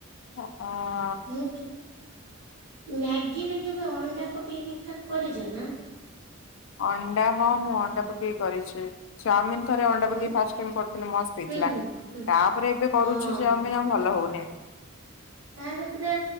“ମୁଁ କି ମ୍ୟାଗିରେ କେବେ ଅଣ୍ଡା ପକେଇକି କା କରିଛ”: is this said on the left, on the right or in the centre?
Right